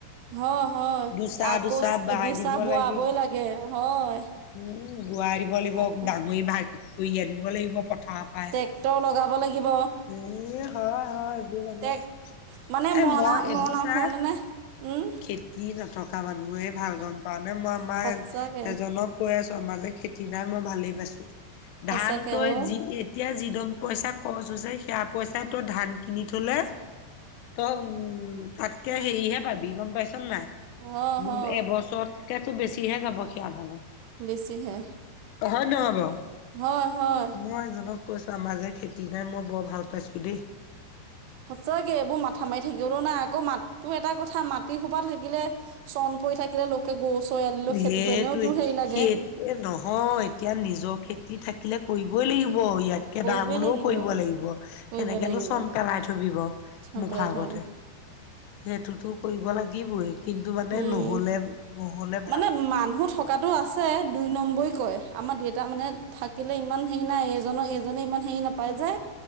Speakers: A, on the right (about 80°); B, on the left (about 80°).
A: হয়, হয়,
B: দুচা
A: আকৌ
B: দুচা বাই
A: দুচাহ
B: দিব লাগিব।
A: বোৱাবই লাগে, হয়।
B: উম, বোৱাই দিব লাগিব
A: আকৌ
B: ডাঙৰি ভাগ কৰি আনিব লাগিব পথাৰৰ পৰাই।
A: ট্ৰেক্টৰ লগাব লাগিব।
B: এ হয় হয় এইবোৰ মানে
A: তে, মানে
B: এ
A: মৰনা,
B: মই এইবোৰ
A: মৰনা
B: চা
A: ফো, মানে। উম,
B: খেতি নথকা মানুহেই ভাল গম পা, নে মই আমাৰ
A: সঁচাকে
B: এজনক কৈ আছো আমাৰ যে খেতি নাই মই ভালেই পাইছো,
A: সঁচাকে
B: ধান তই
A: অ
B: যি এতিয়া যিদম পইচা খৰচ হৈছে, সেয়া পইচাই তই ধান কিনি থলে। তই উম, তাতকে হেৰিহে পাবি গম পাইছোন নাই।
A: হয় হয়
B: এবছৰতকে বেছিহে যাব সেয়া ধানে।
A: বেছি হে।
B: হয, নে নহয় বা
A: হয়, হয়।
B: মই, এজনক কৈছো আমাৰ যে খেতি নাই মই বৰ ভাল পাইছো দেই।
A: সঁচাকৈ এইবোৰ মাথা মাৰি থাকিবলৈও নাই, আকৌ মাতটো এটা কথা মাটি সোপা থাকিলে। চন, পৰি থাকিলে লোকে গৰু চৈ, আনিলে সেইটো
B: সেইটোৱে
A: পেনেওতো হেৰি লাগে।
B: সি এ, নহয় এতিয়া নিজৰ খেতি থাকিলে কৰিবই লাগিব ইয়াত <unintelligible>
A: কৰিবই
B: দাম হ'লেও
A: লাগিব
B: কৰিব লাগিব।
A: কৰিব
B: কেনেকেনো
A: লাগিব
B: চোন পেলাই থবি বাৰু
A: চন
B: মুখৰ
A: পেলাই
B: আগতে।
A: থওঁ
B: সেইটোতো কৰিব লাগিবই। কিন্তু মানে,
A: উম
B: নহ'লে, নহ'লে ভাল
A: মানে, মানুহ থকাতো আছে, দুই নম্বৰী কৰে। আমাৰ দেউতা মানে, থাকিলে ইমান হেৰি নাই, এজনৰ এজনে ইমান সেৰি নাপায় যে!